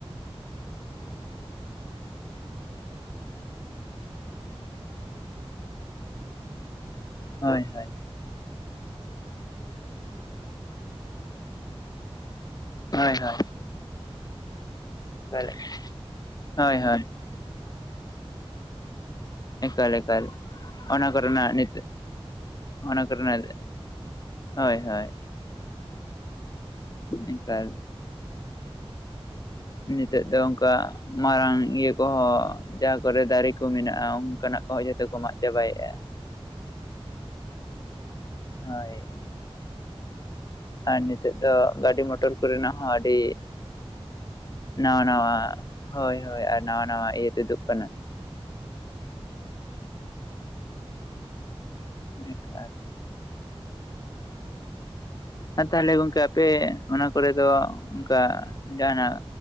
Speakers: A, in the centre; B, on the left.
A: ᱛᱟᱭᱱᱚᱢ ᱫᱟᱨᱟᱢ ᱫᱚ ᱵᱟᱠᱚ ᱵᱟᱠᱚ ᱪᱤᱱᱛᱟᱹ ᱞᱮᱜ-ᱟ ᱡᱮ ᱟᱵᱚ ᱛᱤᱱᱟᱹᱜ ᱴᱟ ᱵᱚᱱ ᱟᱵᱚᱱ ᱵᱟᱹᱲᱤᱡ ᱫᱟᱵᱚᱱ ᱦᱳᱭᱛᱚ ᱚᱸᱰᱮ ᱩᱸ ᱩᱸ
B: ᱦᱳᱭ
A: ᱢᱤᱫᱴᱟᱝ
B: ᱦᱳᱭ
A: <unintelligible> ᱵᱤᱨ ᱨᱮ ᱦᱚᱠ ᱵᱩᱨᱩ ᱨᱮ ᱦᱚᱠ ᱡᱟᱦᱟᱸᱱᱟᱜ ᱜᱮ ᱢᱤᱫᱴᱟᱝ ᱠᱚᱢᱯᱟᱹᱱᱤ ᱛᱟᱦᱮᱸ ᱢᱟᱱᱮ ᱤᱭᱟᱹ ᱞᱟᱹᱜᱤᱫ
B: ᱦᱳᱭ
A: ᱟᱠᱚ
B: ᱦᱳᱭ
A: ᱠᱚ ᱵᱮᱱᱟᱣ ᱞᱟᱹᱜᱤᱫ ᱮ ᱚᱲᱟᱜ
B: ᱮᱠᱟᱞ
A: ᱠᱚ ᱯᱷᱮᱠᱴᱚᱨᱤ ᱠᱚ ᱛᱟᱞᱚᱦᱮ
B: ᱦᱳᱭ
A: ᱚᱸᱰᱮ
B: ᱦᱳᱭ
A: ᱫᱚ ᱢᱮᱫ ᱟᱰᱤ ᱞᱟᱴᱩ ᱯᱤᱯᱟᱹ <unintelligible> ᱡᱟᱭᱜᱟ ᱤᱭᱟᱹ ᱦᱩᱭᱩᱜ-ᱟ ᱛᱚ
B: ᱮᱠᱟᱞ ᱮᱠᱟᱞ ᱚᱱᱟ ᱠᱚᱨᱮᱱᱟᱜ ᱱᱤᱛᱚᱜ
A: ᱡᱟᱦᱟᱸ ᱛᱤᱱᱟᱹᱜ
B: ᱚᱱᱟ
A: ᱫᱟᱨᱮ
B: ᱠᱚᱨᱮᱱᱟᱜ
A: ᱠᱚ ᱛᱟᱦᱮᱱᱟ ᱡᱷᱚᱛᱚ ᱜᱮ ᱦᱩᱭᱩᱜᱼᱟ
B: ᱦᱳᱭ ᱦᱳᱭ ᱮᱠᱟᱞ ᱱᱤᱛᱚᱜ ᱫᱚ ᱚᱝᱠᱟ ᱢᱟᱨᱟᱝ ᱤᱭᱟᱹ ᱠᱚᱦᱚᱸ ᱡᱟᱦᱟᱸ ᱠᱚᱨᱮ ᱫᱟᱨᱮ ᱠᱚ ᱢᱮᱱᱟᱜ-ᱟ ᱚᱱᱠᱟᱱᱟᱜ ᱠᱚᱦᱚᱸ ᱡᱚᱛᱚ ᱠᱚ ᱢᱟᱜ ᱪᱟᱵᱟᱭᱮᱜ-ᱟ᱾
A: ᱮᱠᱫᱚ
B: ᱦᱳᱭ ᱟᱨ ᱱᱤᱛᱚᱜ ᱫᱚ ᱜᱟᱹᱰᱤ ᱢᱚᱴᱚᱨ ᱠᱚᱨᱮᱱᱟᱜ ᱦᱚᱸ ᱟᱹᱰᱤ ᱱᱟᱣᱟ
A: ᱡᱟᱹᱥᱛᱤ
B: ᱱᱟᱣᱟ
A: ᱠᱟᱱᱟ
B: ᱦᱳᱭ ᱦᱳᱭ ᱟᱨ ᱱᱟᱣᱟ ᱱᱟᱣᱟ ᱤᱭᱟᱹ ᱛᱩᱫᱩᱜ ᱠᱟᱱᱟ᱾
A: ᱦᱚᱸ ᱦᱚᱸ ᱮᱠ
B: ᱮᱠᱟᱞ ᱟᱨ ᱛᱟᱦᱟᱞᱮ ᱜᱚᱝᱠᱮ
A: ᱟᱫᱚ
B: ᱟᱯᱮ ᱚᱱᱟ ᱠᱚᱨᱮ ᱫᱚ ᱚᱱᱠᱟ ᱡᱟᱦᱟᱱᱟᱜ